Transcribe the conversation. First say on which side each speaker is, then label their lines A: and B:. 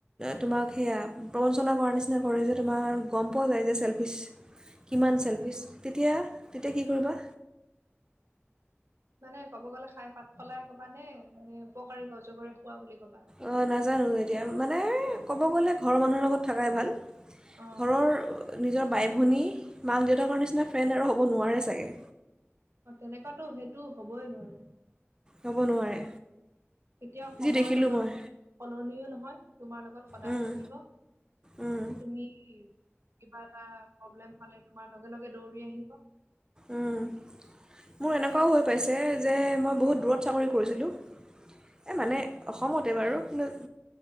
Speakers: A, on the right (about 15°); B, on the right (about 75°).
A: তোমাক সেয়া প্ৰবঞ্চনা কৰাৰ নিচিনা কৰে যে তোমাৰ গম পোৱা যায় যে চেল্ফিচ কিমান চেলফিচ তেতিয়া তেতিয়া কি কৰিবা?
B: মানে ক'ব গ'লে খাই পাত ফলাই কবা নে নে উপকাৰীক অজগৰে খোৱা বুলি কবা
A: অ নাজানো এতিয়া মানে ক'ব গ'লে ঘৰৰ মানুহৰ লগত থকাই ভাল
B: অ
A: ঘৰৰ নিজৰ বাই ভনী, মাক, দেউতাকৰ নিচিনা ফ্ৰেণ্ড আৰু হ'ব নোৱাৰে চাগে
B: অ তেনেকুৱাতো সেইটো হবই নোৱাৰি
A: হ'ব নোৱাৰে
B: এতিয়াও সময়ৰ
A: যি দেখিলোঁ
B: লগত
A: মই
B: সলনিও নহয় তোমাৰ লগত সদায়
A: উম,
B: থাকিব
A: উম,
B: তুমি কিবা এটা প্ৰব্লেম পালে তোমাৰ লগে লগে দৌৰি আহিব <inaudible>
A: উম। মোৰ এনেকুৱাও হৈ পাইছে যে মই বহুত দূৰত চাকৰি কৰিছিলোঁ এই মানে অসমতে বাৰু কিন্তু